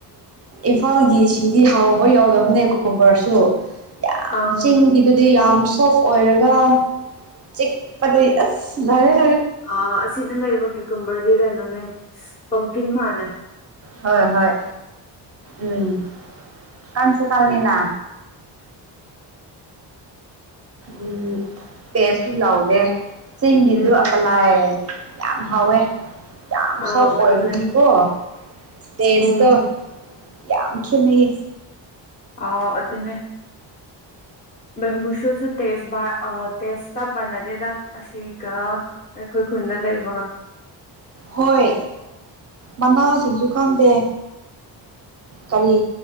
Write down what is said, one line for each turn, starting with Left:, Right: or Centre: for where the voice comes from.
Right: ꯏꯝꯐꯥꯜꯒꯤ ꯁꯤꯡꯗꯤ ꯍꯥꯎꯔꯕ ꯌꯥꯎꯗꯕꯅꯦ ꯀꯣꯀꯨꯝꯕꯔꯁꯨ ꯌꯥꯝ
Left: ꯑꯥ
Right: ꯆꯤꯡꯒꯤꯗꯨꯗꯤ ꯌꯥꯝ ꯁꯣꯐ ꯑꯣꯏꯔꯒ ꯆꯤꯛꯄꯗ ꯔꯦ
Left: ꯑ ꯁꯤꯗꯂꯕ ꯀꯨꯝꯝꯕꯔꯂꯤꯒ ꯏꯣꯅꯦ ꯄꯝꯀꯤꯤꯟ ꯃꯥꯂ
Right: ꯍꯣꯏ ꯍꯣꯏ ꯎꯝ ꯀ ꯀꯜꯅꯤꯅ ꯎꯝ ꯄꯦꯁ ꯂꯥꯎꯗꯦ ꯁꯤꯤꯡꯗꯨ
Left: ꯎꯝ
Right: ꯑꯞꯂꯥꯏ ꯌꯥꯝ ꯍꯋꯦ ꯌꯥꯝ
Left: ꯑꯥꯎ
Right: ꯁꯣꯐ
Left: ꯑꯗꯨꯅꯦ
Right: ꯑꯣꯏꯕꯀꯣ ꯇꯦꯁꯇ
Left: ꯎꯝ
Right: ꯌꯥꯝ ꯈꯦꯠꯅꯩꯌꯦ
Left: ꯑ ꯑꯗꯨꯅꯦ ꯕꯦꯝꯕꯨꯁꯨꯁꯨ ꯇꯦꯁ ꯇꯦꯖ ꯆ ꯃꯥꯟꯅꯗꯦꯗ ꯑꯁꯤꯒ ꯑꯩꯈꯣꯏ ꯈꯨꯟꯗ ꯂꯩꯕꯒ
Right: ꯍꯣꯏ ꯃꯅꯥꯁꯤꯡꯁꯨ ꯈꯪꯗꯦ ꯀꯔꯤ